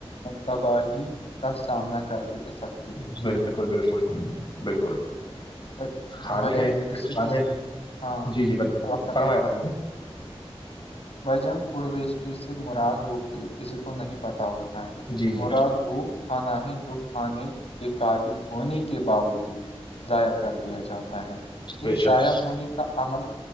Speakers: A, on the left; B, on the left.
A: تباہی کا سامنا کر دے سک
B: بالکل بالکل بالکل
A: بھائی
B: کھانے
A: بھائی جان اسی
B: کھانے
A: کے س- ہاں
B: جی جی بت
A: آپ
B: فرمایایں خ نے <unintelligible>
A: بھ جان فوڈ ویسٹی سے مراد وہ کسی کو نہیں پتا ہوتا ہیں
B: جی جی
A: مراد وہ کھانا ہے جو کھانے کے قابل ہونے کی کے باوجود ضائع کر دیا جاتا ہے یہ
B: بے شک
A: ضائع ہونے کا عمل